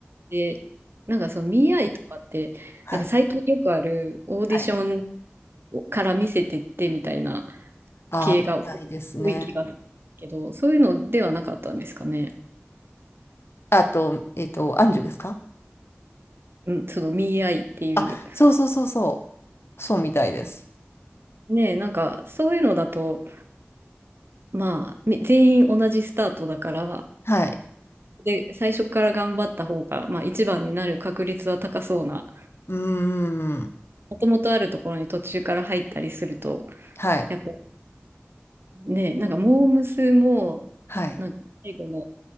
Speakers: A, on the right; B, on the left.
A: で、なんかその見合いとかって、
B: はい。
A: なんか最近よくあるオーディション
B: はい。
A: から見せてってみたいな
B: ああ、
A: 系が
B: みたいですね。
A: 多い気がするけど、そういうのではなかったんですかね。
B: あと、えっと、アンジュですか
A: うん、その見合いっていう。
B: あ、そうそうそうそう。そうみたいです。
A: ねえ、なんかそういうのだと、まあ、み全員同じスタートだから、
B: はい。
A: で、最初から頑張った方が、まあ一番になる確率は高そうな、
B: うーん。
A: もともとあるところに途中から入ったりすると、
B: はい。
A: やっぱね、なんかモー娘も、
B: はい。
A: なんか最後の、